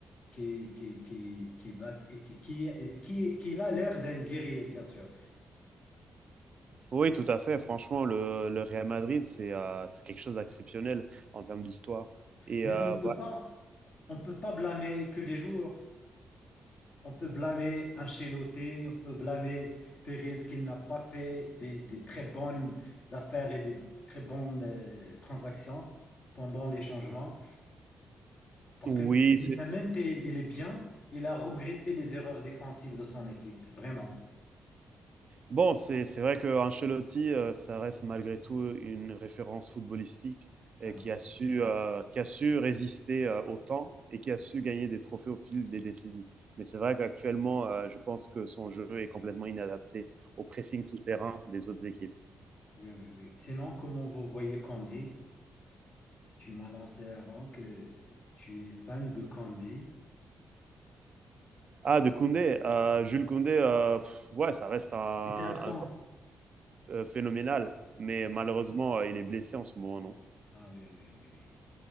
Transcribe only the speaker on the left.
qui, qui, qui, qui va, et qui, qui, qui, qui a l'air d'un guerrier, bien sûr.
Mais
on peut
pas, on peut pas blâmer que les joueurs. On peut blâmer Ancelotti, on peut blâmer Pérez qui n'a pas fait des, des très bonnes affaires et des très bonnes euh, transactions pendant les changements. Parce
que le technicien,
même s'il il est bien, il a regretté les erreurs défensives de son équipe, vraiment.
C'est
vrai.
Oui, oui, oui. Sinon, comment vous voyez Candy? Tu m'as lancé avant que tu es fan de Candy.
J'étais absent.
Ah
ah oui, oui, oui, oui.